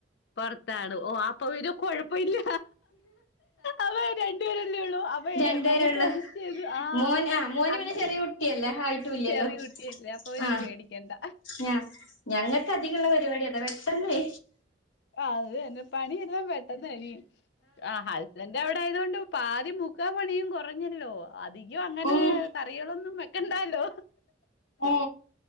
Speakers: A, on the left (about 60°); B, on the left (about 85°).
A: പർത്താണ് ഓ അപ്പൊ വന കൊഴപ്പ ഇില്ല അവ രണ്ടുപേരല്ലേ ഉള്ളൂ അപ്പൊ ഏ-
B: രണ്ടു പേരള്ള
A: നമുക്ക് അഡ്ജസ്റ്റ് ചെയ്ത് ആഹ്
B: മോന് ആ മോന്
A: അങ്ങനെ
B: പിന്നെ ചെറിയ കുട്ടിയല്ലേ ആയിട്ടല്ലല്ലോ
A: ചെറിയ കുട്ടിയല്ലേ അപ്പൊ പിന്നെ
B: ആ
A: പേടിക്കണ്ട
B: ഞ ഞങ്ങൾക്ക് അധികമുള്ള പരിപാടി അതാ പെട്ടെന്നേ
A: ആ അത് തന്നെ പണിയെല്ലാം പെട്ടെന്ന് ഇന ആ ഇത അവിടെ ആയതുകൊണ്ട് പാതി മുക്കാ പണിയും കുറഞ്ഞല്ലോ അധികം അങ്ങനെ
B: ഉം
A: കറികളൊന്നും വെക്കണ്ടല്ലോ
B: ഓ